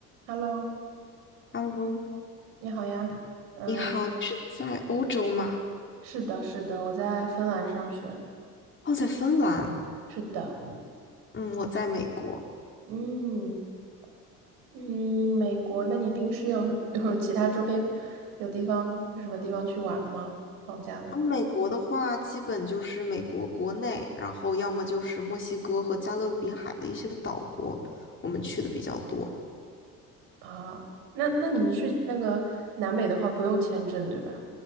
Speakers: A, on the right; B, on the left.
A: Hello，
B: Hello，
A: 你好呀。嗯，
B: 你好，你是在欧洲吗？
A: 是的，是的，我在芬兰上学。
B: 哦，在芬兰。
A: 是的，
B: 嗯，我在美国。
A: 嗯嗯，美国。那你平时有 <laughs> 有其他周边有地方有什么地方去玩吗？放假的话
B: 嗯，美国的话，基本就是美国国内，然后要么就是墨西哥和加勒比海的一些岛国，我们去的比较多。
A: 啊，那那你们去那个南美的话不用签证对吧？